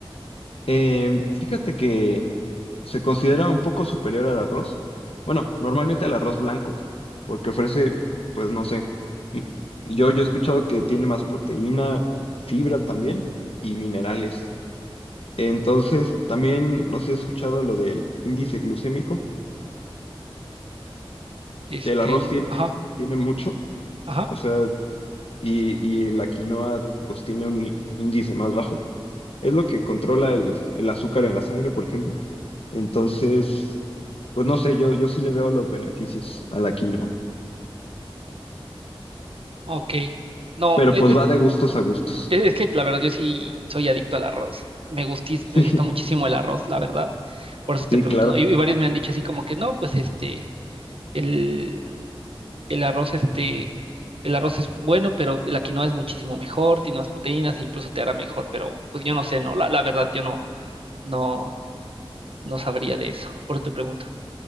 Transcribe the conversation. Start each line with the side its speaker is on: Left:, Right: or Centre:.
Left: Eh, fíjate que se considera un poco superior al arroz. Bueno, normalmente al arroz blanco, porque ofrece, pues no sé. m- Yo, yo he escuchado que tiene más proteína, fibra también y minerales. Entonces, también, no sé si has escuchado lo del índice glucémico.
Right: Este,
Left: El arroz tiene,
Right: ajá,
Left: tiene mucho,
Right: ajá,
Left: o sea, y, y la quinoa, pues tiene un í- índice más bajo. es lo que controla el, el azúcar en la sangre, por ejemplo. Entonces, pues no sé, yo, yo sí le veo los beneficios a la quinoa,
Right: ok. No,
Left: pero
Right: es,
Left: pues
Right: es-
Left: va de gustos a gustos.
Right: es que la verdad yo sí soy adicto al arroz. Me gustis-
Left: <laughs>
Right: me gusta
Left: Sí,
Right: muchísimo el arroz, la verdad. Por eso te
Left: sí,
Right: pregunto,
Left: claro.
Right: ¿no? Y, y varios me han dicho así como que no, pues este, el, el arroz, este, el arroz es bueno, pero la quinoa es muchísimo mejor, tiene más proteínas e incluso te hará mejor, pero pues yo no sé, ¿no? La, la verdad, yo no, no, no sabría de eso, por eso te pregunto.